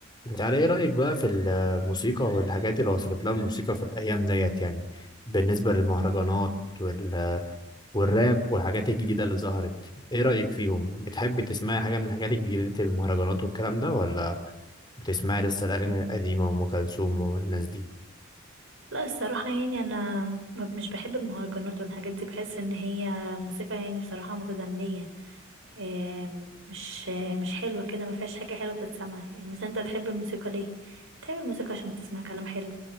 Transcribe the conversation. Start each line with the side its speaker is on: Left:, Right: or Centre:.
Left: انت على ايه رأيك بقى في الموسيقى والحاجات اللي وصلت لها الموسيقى في الايام ديت يعني بالنسبة للمهرجانات وال... والراب والحاجات الجديدة اللي ظهرت ايه رأيك فيهم بتحب تسمعي حاجة من الحاجات الجديدة المهرجانات والكلام ده ولا بتسمعي لسه الاغاني القديمة وام كلثوم والناس دي
Right: لا الصراحة يعني أنا ما- مش بحب المهرجانات والحاجات دي بحس إن هي موسيقى يعني بصراحة متدنية آم، مش آه، مش حلوة كده ما فيهاش حاجة حلوة تتسمع يعني مثلا أنت تحب الموسيقى ليه؟ تحب الموسيقى عشان بتسمع كلام حلو